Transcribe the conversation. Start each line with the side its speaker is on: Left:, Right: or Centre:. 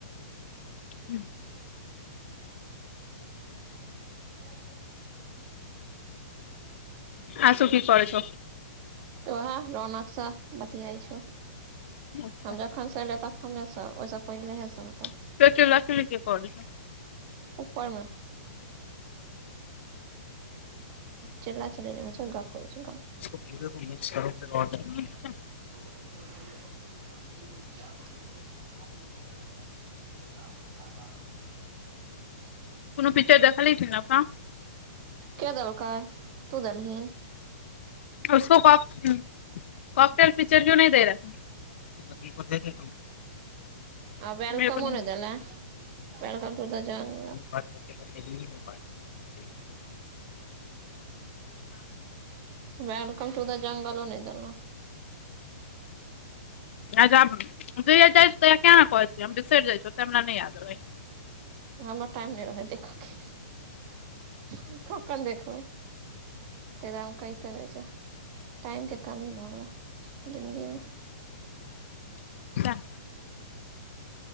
Left: हुँ।
Right: <unintelligible>
Left: आसुु कि करे छौ?
Right: उहे रौनक सऽ बतआइ छौ हम।
Left: अच्छा
Right: तखनसँ एलै तखनेसँ ओहिसँ पहिलहेसँ होतौ।
Left: एते चीला चीली के करे छैय।
Right: ऊपरमे चील्ला चील्ली नहि होइ छैय गप्प होय छैय गप्प।
Left: <inaudible>
Right: <inaudible> मन्दिर <unintelligible> <inaudible>
Left: कुनु पिक्चर देखली कि नबका।
Right: के दलकै तू देलही।
Left: उसको काॅ हुँ कते पिक्चर क्यों नहि दे रहा।
Right: आ वेलकमो
Left: मेरे को नहीं
Right: नहि देले वेलकम टु द जं
Left: बात करते करते <unintelligible>
Right: वेलकम टू द जंगलो नहि देलो
Left: अच्छा ज जाइ त कना कहै छ हम बिसरि जाइ छ तरा नहि याद रहै।
Right: हमर टाइम नहि रहै देखऽ के कखन देखबै। <unintelligible> टाइम के कमी भऽ गेल जन्दगी मे
Left: <inaudible>